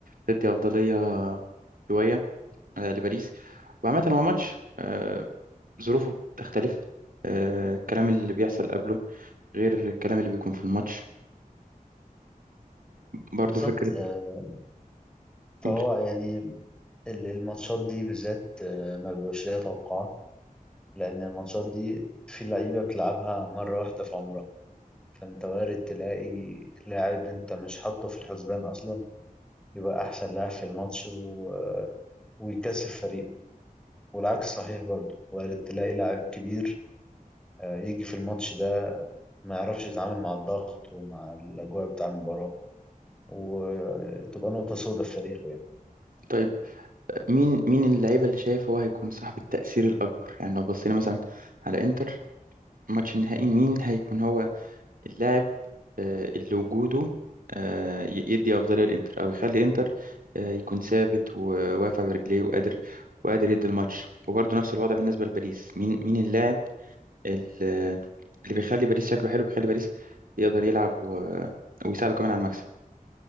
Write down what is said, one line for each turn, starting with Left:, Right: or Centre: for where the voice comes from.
Right: تدي افضليه شويه آه لباريس وعامه هو ماتش آه ظروفه بتختلف آه الكلام اللي بيحصل قبله غير الكلام اللي بيكون في الماتش برضو
Centre: بالظبط
Right: فكرة
Centre: آه،
Right: قول
Centre: فهو يعني ال- الماتشات دي بالذات آه، ما بيبقاش ليها توقعات لأن الماتشات دي في لعيبة بتلعبها مرة واحدة في عمرها فأنت وارد تلاقي لاعب أنت مش حاطه في الحسبان أصلا يبقى أحسن لاعب في الماتش و... آه، ويكسب فريقه والعكس صحيح برضه وارد تلاقي لاعب كبير آه، يجي في الماتش ده ما يعرفش يتعامل مع الضغط ومع الأجواء بتاع المباراة وتبقى نقطة سودة في تاريخه يعني
Right: طيب مين مين اللعيبة اللي شايف هو هيكون صاحب التأثير الأكبر يعني لو بصينا مثلا على إنتر الماتش النهائي مين هيكون هو اللاعب آه، اللي وجوده آه، ي- يدي أفضلية لإنتر أو يخلي إنتر آه، يكون ثابت وواقف على رجليه وقادر وقادر يدي الماتش وبرضه نفس الوضع بالنسبة لباريس مين مين اللاعب ال- اللي بيخلي باريس شكله حلو بيخلي باريس يقدر يلعب و... ويساعده كمان على المكسب